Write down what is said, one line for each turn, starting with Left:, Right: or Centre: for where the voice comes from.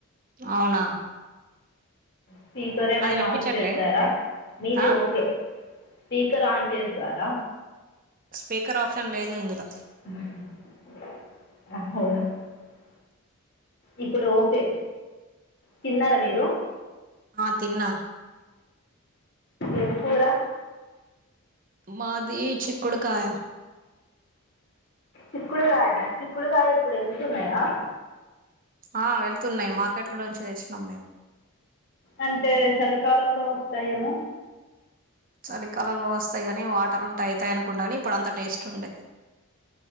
Right: అవున
Left: స్పీకర్ ఏమైన
Right: వినిపించట్లే
Left: ఆన్ చేశారా మీది
Right: ఆ
Left: ఒకే స్పీకర్ ఆన్ చేసర
Right: స్పీకర్ ఆప్షన్ లేదు ఇందులో
Left: <inaudible> ఇప్పుడు ఒకే తిన్నారా మీరు
Right: ఆ తిన్న
Left: ఎం కూర
Right: మాది చిక్కుడు కాయ
Left: చిక్కుడుకాయనా చిక్కుడుకాయ ఇప్పుడు వెళ్తున్నాయా
Right: ఆ వెళ్తున్నాయి మార్కెట్ లోనుంచి తెచ్చినాం మేము
Left: అంటే చలికాలంలో వస్తాయేమో
Right: చలికాలంలో వస్తాయి కానీ వాటర్ ఉంటే అవుతాయి అనుకుంటా కానీ ఇప్పుడు అంత టేస్ట్ ఉండే